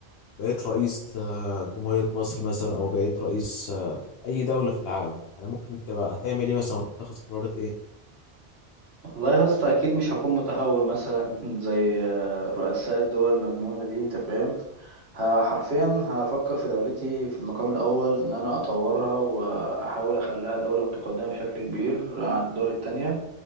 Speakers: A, on the left (about 75°); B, on the right (about 70°).
A: بقيت رئيس آه، جمهورية مصر مثلا او بقيت رئيس اي دوله في العالم انا ممكن تبقى هتعمل ايه مثلا وتاخد قرارات ايه
B: والله يا اسطى اكيد مش هكون متهور مثلا <laughs> زي آه، رؤساء الدول المجنونه دي انت فاهم ه- حرفيا هفكر في دولتي في المقام الاول ان انا اطورها واحاول اخليها دوله متقدمه بشكل كبير عن الدول التانية